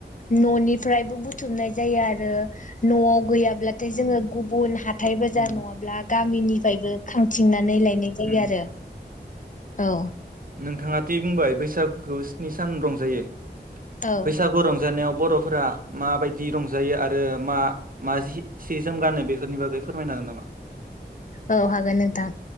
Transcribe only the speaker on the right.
उम
उम
नोंथांङा ति बुंबाय बैसागुखौ स्नि सान रंजायो।
बैसागु रंजानायाव बर'फोरा माबायदि रंजायो आरो मा मा जि सि जोम गानो बेफोरनि बागै फोरमायन हागोन नामा?